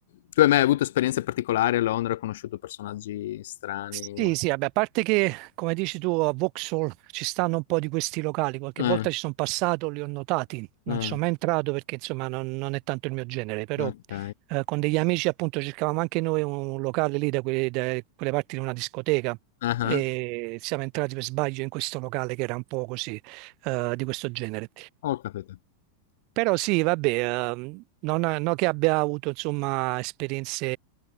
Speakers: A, on the left (about 55°); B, on the right (about 45°).
A: Tu hai mai avuto esperienze particolari a Londra? Hai conosciuto personaggi strani?
B: Sì, sì, vabbè, a parte che, come dici tu, a Vauxhall ci stanno un po' di questi locali, qualche
A: Eh,
B: volta ci sono passato, li ho notati, non
A: eh,
B: ci sono mai entrato perché insomma non, non è tanto il mio genere, però
A: ok.
B: eh, con degli amici appunto cercavamo anche noi un locale lì da, que- da quelle parti di una discoteca
A: Ah
B: e
A: ah.
B: siamo entrati per sbaglio in questo locale che era un po' così eh, di questo genere.
A: Ho capito.
B: Però sì, vabbè, ehm, non, non che abbia avuto insomma, esperienze